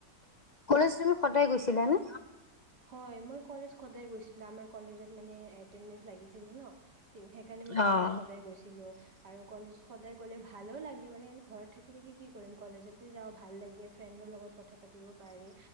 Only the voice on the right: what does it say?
হয় মই কলেজ সদায় গৈছিলোঁ আমাৰ কলেজত মানে এটেন্দেন্স লাগিছিলে ন সেইকাৰণে মই
কলেজ সদাই গৈছিলোঁ। আৰু কলেজ সদায় গ'লে ভালো লাগে, মানে ঘৰত থাকি থাকি কি কৰিম কলেজতে যাওঁ ভাল লাগে, ফ্ৰেণ্ডৰ লগত কথা পাতিব পাৰি,